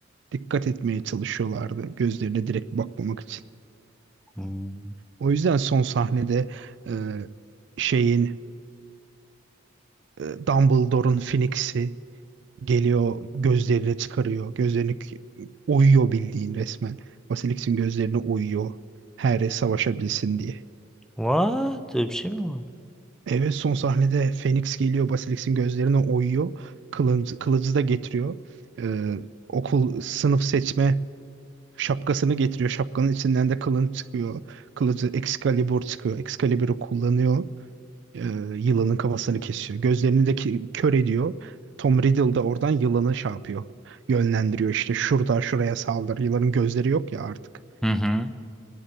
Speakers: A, on the right (about 60°); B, in the centre.
A: dikkat etmeye çalışıyorlardı. Gözlerine direkt bakmamak için.
B: Hmm.
A: O yüzden son sahnede e, şeyin e, Dumbledore'un Phoenix'i geliyor gözlerini çıkarıyor. Gözlerini k- oyuyor bildiğin resmen. Basilisk'in gözlerini oyuyor. Harry savaşabilsin diye.
B: What? Öyle bir şey mi var?
A: Evet son sahnede Phoenix geliyor Basilisk'in gözlerine oyuyor. Kılıcı, kılıcı da getiriyor. Ee, okul sınıf seçme şapkasını getiriyor. Şapkanın içinden de kılın çıkıyor. Kılıcı Excalibur çıkıyor. Excalibur'u kullanıyor. Ee, yılanın kafasını kesiyor. Gözlerini de ki- kör ediyor. Tom Riddle da oradan yılanı şey yapıyor. Yönlendiriyor işte şurada şuraya saldır. Yılanın gözleri yok ya artık.
B: Hı hı.